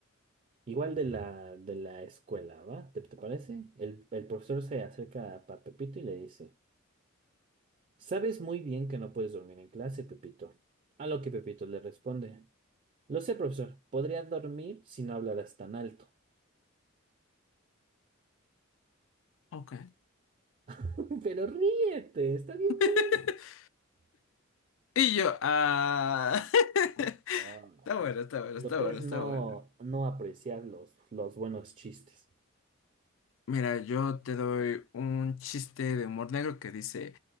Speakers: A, on the right; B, on the left.
A: Igual de la, de la escuela, ¿va? ¿Te, te parece? El, el profesor se acerca a Pepito y le dice. Sabes muy bien que no puedes dormir en clase, Pepito. A lo que Pepito le responde. Lo sé, profesor. Podría dormir si no hablaras tan alto.
B: Ok.
A: <laughs> Pero ríete, está bien
B: <laughs>
A: bueno.
B: Y yo, ah... <laughs>
A: Ah,
B: Está bueno, está bueno,
A: Lo
B: está
A: que
B: bueno,
A: es
B: está
A: no,
B: bueno.
A: no apreciar los, los buenos chistes.
B: Mira, yo te doy un chiste de humor negro que dice...